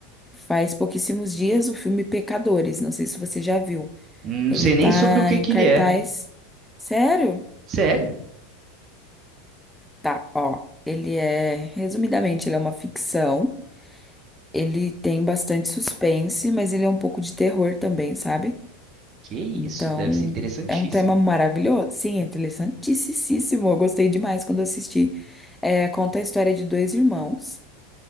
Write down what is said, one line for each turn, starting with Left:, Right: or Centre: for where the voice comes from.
Centre: Faz pouquíssimos dias o filme Pecadores, não sei se você já viu.
Right: Não
Centre: Ele
Right: sei
Centre: tá
Right: nem sobre o que
Centre: em
Right: que
Centre: cartaz.
Right: ele é.
Centre: Sério?
Right: Sério?
Centre: Tá, ó. Ele é, resumidamente, ele é uma ficção. Ele tem bastante suspense, mas ele é um pouco de terror também, sabe?
Right: Que isso,
Centre: Então,
Right: deve ser interessantíssimo.
Centre: é um tema maravilhoso. Sim, é interessantíssimo. Eu gostei demais quando assisti. É, conta a história de dois irmãos